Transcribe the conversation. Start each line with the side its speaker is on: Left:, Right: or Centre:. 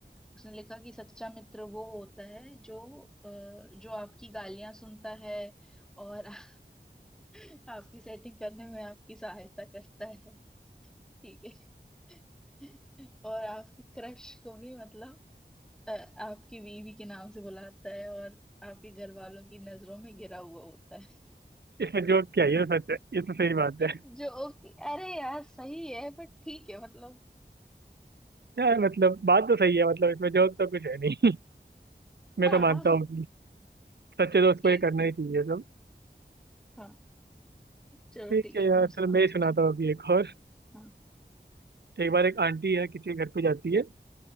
Centre: उसने लिखा कि सच्चा मित्र वो होता है जो अ, जो आपकी गालियां सुनता है और <laughs> आपकी सेटिंग करने में आपकी सहायता करता है ठीक है <laughs> और आपकी क्रश को भी मतलब अ, आपकी बीवी के नाम से बुलाता है और आपके घर वालों की नजरों में गिरा हुआ होता है
Right: इसमें जोक क्या है ये तो सच है ये तो सही बात
Centre: <laughs>
Right: है
Centre: जो कि- अरे यार सही है बट ठीक है मतलब
Right: यार मतलब बात तो सही है मतलब इसमें जोक तो कुछ है नहीं <laughs> मैं
Centre: हाँ
Right: तो मानता हूँ सच्चे दोस्त
Centre: ठीक
Right: को ये करना
Centre: है
Right: ही चाहिए सब
Centre: हाँ चलो
Right: ठीक
Centre: ठीक
Right: है
Centre: है
Right: यार
Centre: तुम
Right: चलो
Centre: सुनाओ
Right: मैं ही सुनाता
Centre: कुछ
Right: हूँ अभी एक और
Centre: हाँ
Right: एक बार एक आंटी है किसी के घर पे जाती है